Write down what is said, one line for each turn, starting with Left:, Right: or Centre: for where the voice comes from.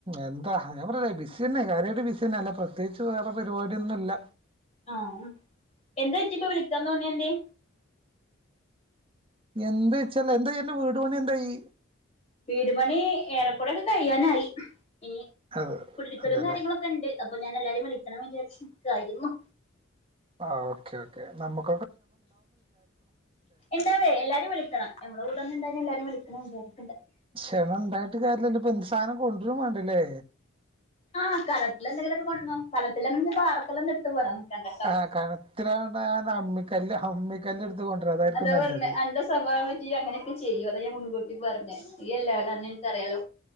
Right: എന്താ ഞാ പറ ബിസിന്നെ കാര്യ ബിസിന്നെല്ല പ്രത്യേകിച്ച് വേറെ പരിപാടിയൊന്നും ഇല്ല
Left: ആ എന്താറ്റിപ്പ വിളിക്കാൻ തോന്നിയ എന്തെ
Right: എന്ത് ച്ചാല് എന്താ എന്റെ വീടു പണി എന്തായി
Left: വീട് പണി ഏറെക്കുറെ ഒക്കെ കഴിയാനായി ഇനി
Right: അത്
Left: കുടിരിക്കലും
Right: അതല്ലേ
Left: കാര്യങ്ങളുംക്കെ ഉണ്ട് അപ്പൊ ഞാൻ എല്ലാരും വിളി എണം വിചാരിച്ചക്ക ആയിരു ന്നു
Right: ആ ഓക്കെ ഓക്കെ നമ്മുക്ക്
Left: ഉണ്ടാവേ എല്ലാരും വിളിക്കണം നമ്മടെ കൂടെ ഒന്ന ഇണ്ട എല്ലാരും വിളിക്കണം <unintelligible>
Right: ക്ഷണം ഉണ്ടായിട്ട് കാര്യല്ലല്ലോ ഇപ്പൊ എന്തു സാധനം കൊണ്ടുരും വേണ്ടല്ലേ
Left: ആ കലത്തില എന്തെങ്കിലും അത് കൊണ്ടോന്നോ കലത്തില എന്തെ ലും പാർക്കെല്ലന്ത എടുത്ത് പോരാ ണ്ടട്ടോ
Right: ആ കനത്തിലാവണ്ട അമ്മിക്കല്ല് അമ്മിക്കല്ല് എടുത്ത് കൊണ്ടുവരാ അതായിരിക്കും
Left: അതാ
Right: നല്ലത്
Left: പറഞ്ഞെ അന്റെ- പോകൻ പറ്റോ അങ്ങനെയൊക്കെ ചെയ്യു അതാ ഞാൻ മുൻകൂട്ടി പറഞ്ഞെ ഇയ്യല്ലേ ആള് അന്നെ ഇന്ക് എനിക്കറിയാലോ